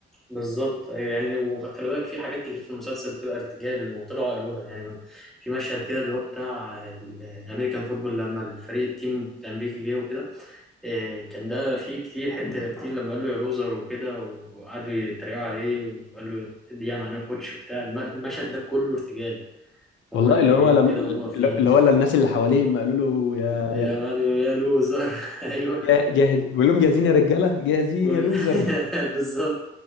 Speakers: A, in the centre; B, on the left (about 70°).
A: بالظبط ايوه يعني وخلي بالك في حاجات كتير في المسلسل بتبقى ارتجال وطلعوا قالوها يعني في مشهد كده اللي هو بتاع الامريكان فوتبول لما الفريق التيم الامريكي جه وكده آه، كان ده فيه كتير حته كتير لما قال له يا لوزر وكده وقعدوا يتريقوا عليه وقال له دي يعني معناها كوتش وبتاع الم- المشهد ده كله ارتجال هم
B: والله
A: اللي
B: اللي
A: قايلينه
B: هو لم...
A: كده هم فيه
B: اللي هو الناس اللي حواليه ما قالوا له يا
A: لما قعدوا يقولوا يا لوزر <laughs> ايوه
B: جا- جاهز بقول لهم جاهزين يا رجاله جاهزين
A: كل
B: يا لوزر
A: <laughs> بالظبط